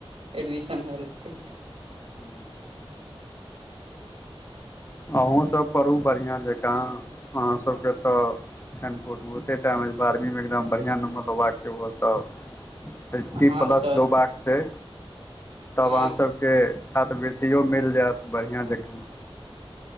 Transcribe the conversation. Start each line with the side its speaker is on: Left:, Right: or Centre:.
Right: एडमिशन भेलते।
Left: ह अहूँ सभ परहु बढ़िआ जकाँ अहाँ सभके तऽ एखन बहुते बहुते टाइम छै बारहवी मे एकदम बढ़िआ नम्बर लेबाक छै ओहोसभ अइ्टी
Right: हँ
Left: प्लस
Right: सर
Left: लडौबाक छै तब
Right: हँ
Left: अहाँ सभके छात्रवृत्तियो मिल जाएत बढ़िआ जकाँ